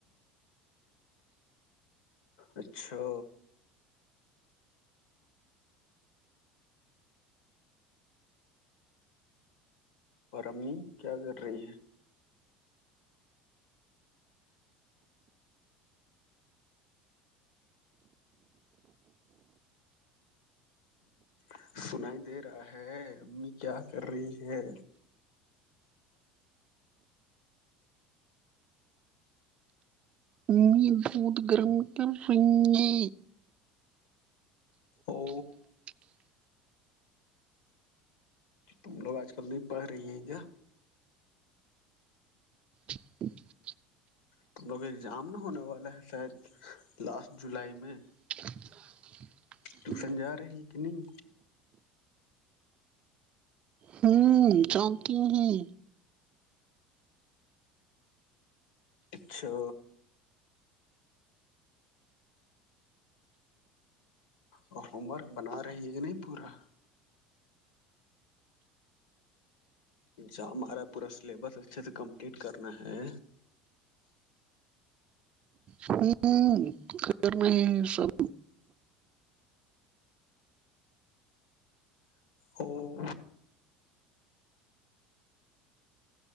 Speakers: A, on the left; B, on the right.
A: اچھا اور امی کیا کر رہی ہیں ہے سنائی دے رہا ہے امی کیا کر رہی ہے
B: م بود گرم کر رہے <unintelligible>
A: او ت ہم لوگ آج کل نہیں پڑھ رہی ہے کیا
B: <unintelligible>
A: ت لوگ ایگزام نہ ہونے والا ہے شاید لاسٹ جولائی میں
B: <unintelligible>
A: ٹیوشن جا رہی ہے کہ نہیں
B: ہوں چاہتی ہ ہیں
A: اچھا اور ہوم ورک بنا رہی ہے کہ نہیں پورا اا ہمارا پورا سلیبس اچھے سے کمپلیٹ کرنا ہے
B: ہوں خبر نہیں ہے سب
A: او